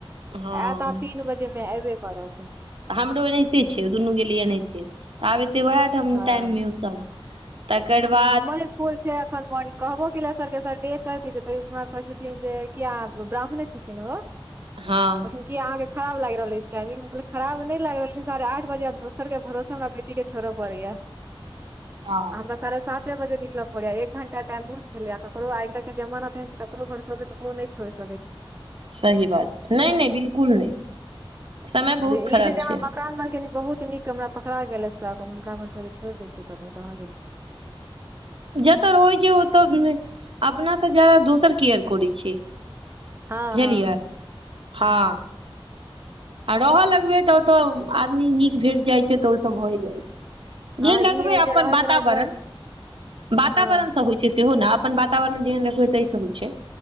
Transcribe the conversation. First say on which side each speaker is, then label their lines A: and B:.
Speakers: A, on the right; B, on the right.
A: हँ
B: आयत आ तीन बजेमे एयबे करत
A: तऽ हमरो एनाहिते छै दुनू गेल लिए एनाहिते तऽ आब एतै उएह ठाम
B: हँ
A: टाइममे ओसभ तकर बाद
B: हमर स्सकुल छै एखन अपन कहबो केल सरके सर बेे कर दी छै तऽरा कहै छथिन जे किया ब्राह्मणे छथिन ओ
A: हँ
B: तखिन कि अहके खराब लागि रहल अछिस टाइमिंग खराब नहि लाग रहलखिन साढ़े आठ बजे दोसरके भरोसे वेट बेटी के छोड़ पड़ैया
A: हँ
B: हमरा साढ़े सातव बजे निकलय पड़ैया एक घंटा टाइम बहुत भेलैया ककरो आइ काल्हि जानाेन ककरो भरसबे ओ नहि छोड़ सकै छी
A: सही बात नहि नहि बिलकुल नहि
B: छी
A: समय बहुत खराब
B: ई जे हमरा
A: छै
B: मकान मालकनि बहुत नीक हमरा पकड़ा गेल अछि तख हुनका पर सब छोड़ि दय छियै तऽ रहैय
A: जतऽ रहै छै ओतऽ अपना से जादा दोसर केयर करैत छै
B: हँ
A: बुझलियै
B: हँ
A: हँ आ रहय लगबै तऽ ओतऽ आदमी नीक भेट जाइ छै तऽ ओसभ भय जाइ छै
B: हँ
A: जेन देखबै
B: ई अइ
A: अपन
B: जे रहैत
A: वातावरण
B: रहैत रहैत
A: वातावरणसँ
B: हँ
A: हो सेहो ने अपन वातावरण जेहन रखबै ताहि से होइ छै